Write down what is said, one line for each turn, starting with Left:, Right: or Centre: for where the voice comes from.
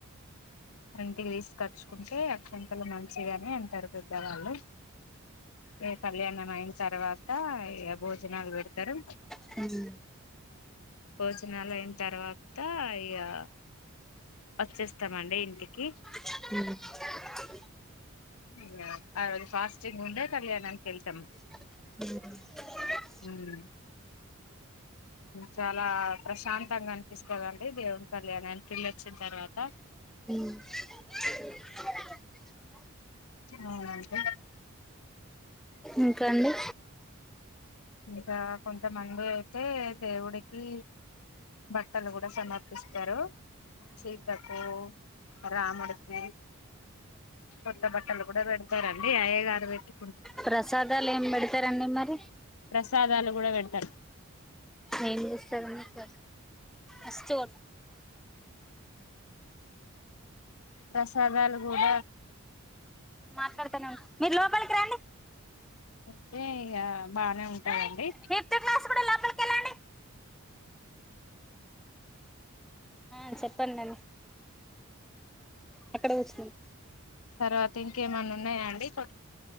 Left: ఇంటికి తీసుకచ్చుకుంటే అక్షంతలు మంచివి అని అంటారు. పెద్దగాల ఇగ కళ్యాణం అయిన తర్వాత ఇగ భోజనాలు పెడతారు.
Centre: హ్
Left: భోజనాలు అయిన తర్వాత ఇగా వచ్చేస్తామండి. ఇంటికి
Centre: హ్
Left: ఇగ అ రోజు ఫాస్టింగ్ ఉండే కళ్యాణనికి ఏళ్తాం.
Centre: హ్
Left: మ్ చాలా ప్రశాంతంగా అనిపిస్తుందండి దేవన్ కళ్యాణ్నికి వేళ్ళొచ్చిన తర్వాత
Centre: మ్
Left: మ్ మ్
Centre: ఇంకా అండి
Left: ఇంకా కొంతమంది అయితే దేవుడికి, బట్టలు కూడా సమర్పిస్తారు, సీతకు రాముడికి కొత్త బట్టలు కూడా పెడతారండి అయ్య గారు పెట్
Centre: ప్రసాదాలు ఏం పెడతారండి మరి
Left: ప్రసాదాలు కూడా పెడతారు
Centre: ఏం చేస్తారు మీకు అసలు
Left: రసదాల గూడ
Centre: మాట్లాడతానే ఉన్నా మీరు లోపలికి రండి
Left: అయితే ఇక బానే ఉంటాయిండి
Centre: పిప్త్ క్లాసు కూడా లోపలికి వెళ్ళండి మ్ చెప్పండి అక్కడ వస్తుం
Left: తర్వాత ఇంకేమన్నా ఉన్నాయా అండి కొ